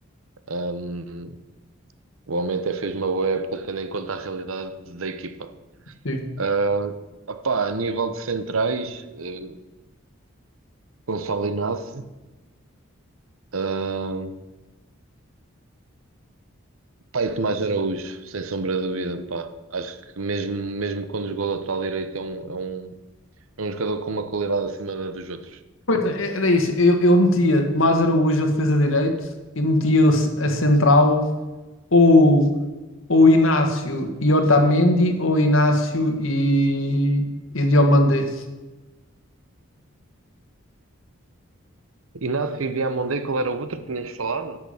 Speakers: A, on the right; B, on the left.
A: Ahm, o homem até fez uma boa época, tendo em conta a realidade da equipa.
B: Sim.
A: Ah, opá, a nível de centrais, eh, Gonçalo Inácio, ah, pá, e Tomás Araújo, sem sombra de dúvida, pá. Acho que mesmo, mesmo quando jogou lateral direito é um, é um É um jogador com uma qualidade acima da dos outros.
B: Pois é, era isso. Eu, eu metia Tomás Araújo a defesa de direito e metia o c- a central ou, ou Inácio e Otamendi ou Inácio e, e Diomandé.
A: Inácio Diamandé, qual era o outro que tinhas falado?